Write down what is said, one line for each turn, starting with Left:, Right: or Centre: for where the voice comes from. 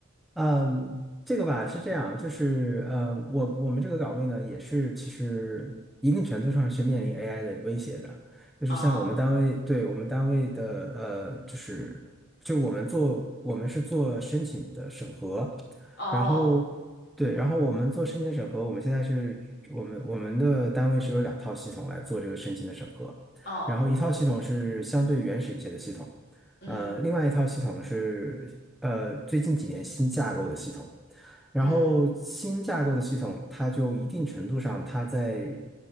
Centre: 嗯，这个吧是这样，就是呃，我我们这个岗位呢，也是其实一定程度上是面临 AI 的威胁的，就是像我们单位，
Left: 啊，
Centre: 对我们单位的呃，就是就我们做我们是做申请的审核，
Left: 哦，
Centre: 然后对，然后我们做申请的审核，我们现在是我们我们的单位是有两套系统来做这个申请的审核，
Left: 哦，
Centre: 然后一套系统是相对原始一些的系统。
Left: 嗯，
Centre: 呃，另外一套系统是呃最近几年新架构的系统，然后新架构的系统，
Left: 嗯，
Centre: 它就一定程度上，它在